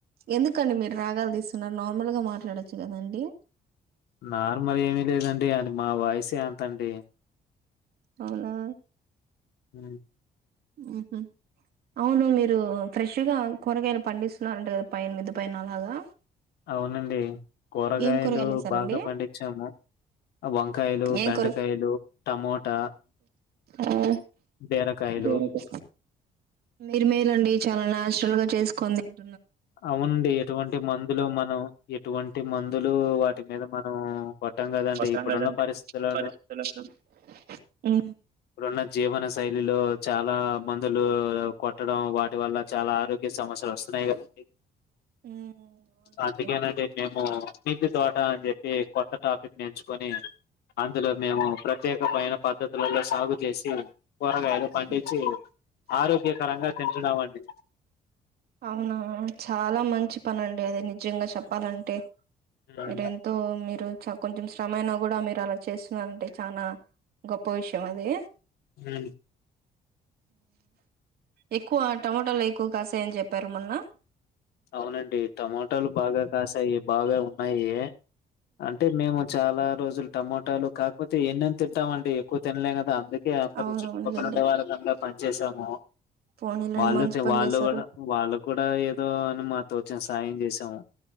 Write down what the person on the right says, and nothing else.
ఎందుకండి మీరు రాగాలు తీస్తున్నారు నార్మల్గా మాట్లాడొచ్చు కదండడి
అవునా
ఆహ అవును మీరు ఫ్రెష్గా కూరగాయలు పండిస్తున్నారంట కదా పైన మిద్దు పైన అలాగా
ఏం వేసారండి
ఏం
కూర
ఆ
బీరకాయ మీరు మేలండి చాలా నాచురల్ గా చేసుకొని తింటారు
ఫస్ట్ టైం
కదండీ
పరిస్థితులు ఊ
ఉమ్ అవునండి
ఉమ్
అవునా చాలా మంచి పని అండి అది నిజంగా చెప్పాలంటే
మీర ఎంతో మీరు కొంచెం శ్రమ అయినా కూడా మీరు అలా చేస్తున్నారంటే చానా గొప్ప విషయం అది
ఎక్కువ టమటాలు ఎక్కువ కాసాయని చెప్పారు మొన్న
అవును
అవునులేండి
పోనీలేండి
మంచి పని
చేశారు